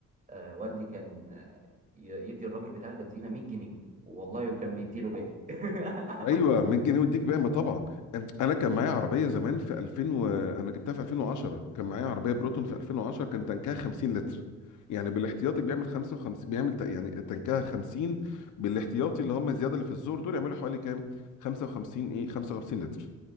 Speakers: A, on the right; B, on the left.
A: آه والدي كان آه، ي- يدي الراجل بتاع البنزينة 100 جنيه والله وكان بيديله باقي <laughs>
B: ايوه 100 جنيه وديك بقى طبعا أن- انا كان معايا عربيه زمان في 2000 و... انا جبتها في 2010 كان معايا عربيه بروتون في 2010 كان تنكها 50 لتر يعني بالاحتياطي بيعمل 55 بيعمل ت- يعني تنكها 50 بالاحتياطي اللي هم الزياده اللي في الزور دول يعملوا حوالي كام 55 ايه 55 لتر